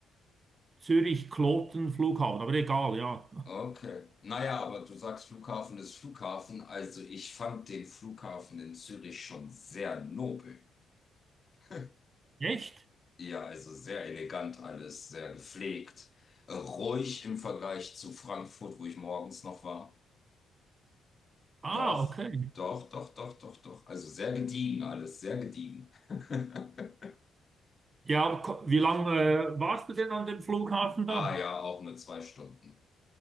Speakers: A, on the right (about 35°); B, on the left (about 40°).
A: Zürich-Kloten-Flughafen. Aber egal, ja.
B: Okay. Naja, aber du sagst Flughafen ist Flughafen. Also ich fand den Flughafen in Zürich schon sehr nobel. <laughs>
A: <laughs> Echt?
B: Ja, also sehr elegant alles, sehr gepflegt. Äh, Ruhig im Vergleich zu Frankfurt, wo ich morgens noch war.
A: Ah,
B: Doch,
A: okay.
B: doch, doch, doch, doch, doch. Also sehr gediegen alles, sehr gediegen. <laughs>
A: Ja, aber ko- wie lange äh, warst du denn an dem Flughafen
B: Ah
A: da?
B: ja, auch nur zwei Stunden.